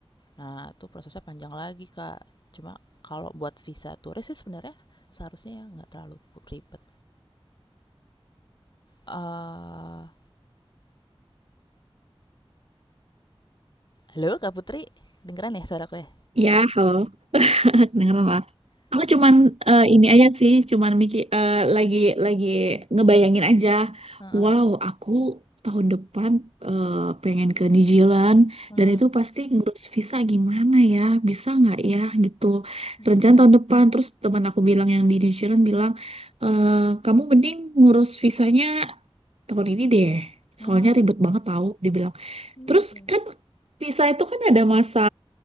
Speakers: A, on the left (about 45°); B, on the right (about 85°).
A: Nah, itu prosesnya panjang lagi, Kak. Cuma kalau buat visa turis sih sebenarnya seharusnya nggak terlalu pu ribet. Eee, halo, Kak Putri? Kedengeran ya suaraku ya?
B: Ya, halo. <laughs> Kedengeran lah. Aku cuman eh, ini aja sih, cuman mikir eh, lagi lagi ngebayangin aja.
A: Heeh,
B: Wow, aku tahun depan eh, pengen ke New Zealand
A: mhm
B: dan itu pasti ngurus visa gimana ya? Bisa nggak ya gitu.
A: mhm,
B: Rencana tahun depan terus teman aku bilang yang di New Zealand bilang "Eh, kamu mending ngurus visanya tahun ini deh.
A: mmm,
B: Soalnya ribet banget tahu, dibilang
A: oh
B: Terus
A: gitu,
B: kan visa itu kan ada masa